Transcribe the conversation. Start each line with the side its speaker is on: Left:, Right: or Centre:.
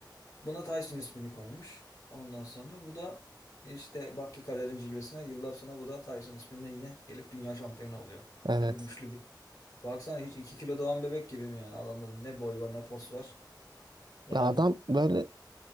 Left: Buna Tyson ismini koymuş. Ondan sonra bu da işte bak ki kaderin cilvesine yıllar sonra bu da Tyson isminde yine gelip dünya şampiyonu oluyor.
Right: Evet.
Left: Ve güçlü bir Baksana hiç 2 kilo doğan bebek gibi mi yani? Adamda ne boy var ne pos var. Yani
Right: Ya adam böyle